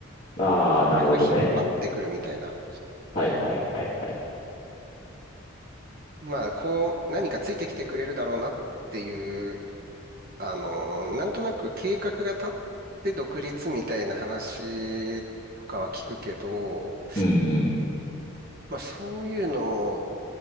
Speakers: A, on the left; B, on the right.
A: ああ、なるほどね。
B: お客さんを引っ張ってくるみたいな。
A: はいはいはいはい。
B: まあ、こう、何かついてきてくれるだろうなっていう、あの、なんとなく計画が立って独立みたいな話とかは聞くけど、
A: うん、
B: まあ、そういうのも、